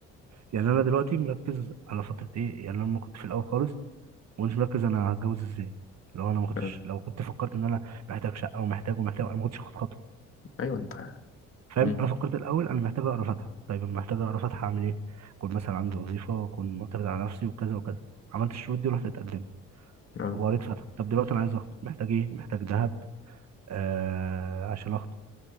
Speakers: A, on the right; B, on the left.
A: يعني انا دلوقتي مركز على فترة ايه يعني أنا لما كنت في الاول خالص ما كنتش مركز انا هتجوز ازاي لو انا ما كنتش
B: آه.
A: لو كنت فكرت ان انا محتاج شقة ومحتاج ومحتاج انا ما كنتش هاخد خطوة
B: ايوه انت
A: فاهم
B: أمم.
A: انا فكرت الاول انا محتاج اقرا فاتحه طيب انا محتاج اقرا فاتحه اعمل ايه اكون مثلا عندي وظيفه واكون معتمد على نفسي وكذا وكذا عملت الشروط دي ورحت اتقدمت
B: اه
A: وقريت فاتحه طب دلوقتي انا عايز اخطب محتاج ايه محتاج ذهب آه عشان اخطب